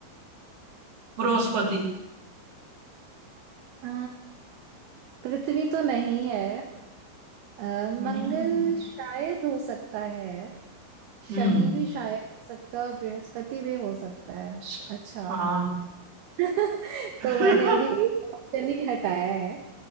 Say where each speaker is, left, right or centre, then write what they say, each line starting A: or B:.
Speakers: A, on the right; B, on the right.
A: बृहस्पति
B: आ, पृथ्वी तो नहीं है अ,
A: हम्म
B: मंगल शायद हो सकता है शनि
A: हम्म,
B: भी शायद हो सकता है और बृहस्पति भी हो सकता है
A: श-
B: अच्छा
A: हाँ
B: <laughs>
A: <laughs>
B: तो मैंने अभी एक ऑप्शन ही हटाया है